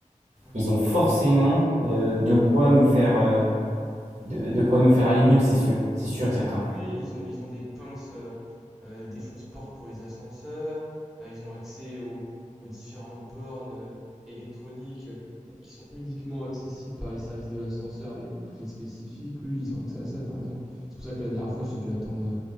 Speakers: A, in the centre; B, on the right.
A: mhm,
B: ils ont forcément euh, de quoi
A: mhm.
B: nous faire euh, de, de quoi nous faire aller mieux, c'est sûr, c'est sûr et certain.
A: Ah oui, ils ont, ils ont des pinces, euh, euh, des fonce-portes pour les ascenseurs, euh, ils ont accès aux, aux différentes bornes euh, électroniques euh, qui sont uniquement accessibles par les services de l'ascenseur avec une clé spécifique. Oui, ils ont accès à ça, t'as raison. C'est pour ça que la dernière fois, j'ai dû attendre euh,